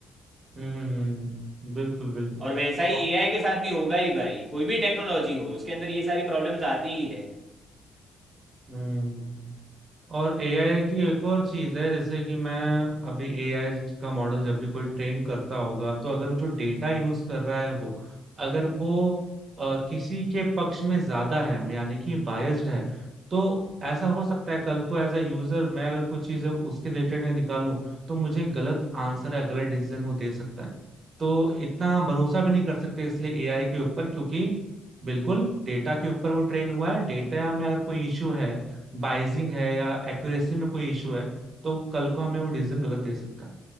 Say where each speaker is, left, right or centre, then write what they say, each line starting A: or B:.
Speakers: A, on the right (about 35°); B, on the right (about 15°).
A: हम्म बिल्कुल बिल्कुल
B: और वैसा ही
A: और
B: एआई के साथ भी होगा ही भाई कोई भी टेक्नोलॉजी हो उसके अंदर ये सारी प्रॉब्लम्स आती ही है
A: हम्म और एआई की एक और चीज है जैसे कि मैं अभी एआई का मॉडल जब भी कोई ट्रेन करता होगा तो अगर जो डेटा यूज कर रहा है वो अगर वो अ, किसी के पक्ष में ज्यादा है यानी कि बायस्ड है तो ऐसा हो सकता है कल को एज अ यूजर मैं अगर कुछ चीजें उसके रिलेटेड निकालूं तो मुझे गलत आंसर या गलत डिसीजन वो दे सकता है तो इतना भरोसा भी नहीं कर सकते इसलिए एआई के ऊपर क्योंकि बिल्कुल डेटा के ऊपर वो ट्रेन हुआ है डेटा में अगर कोई इश्यू है बाइजिंग है या एक्यूरेसी में कोई इशू है तो कल को हमें वो डिसीजन गलत दे सकता है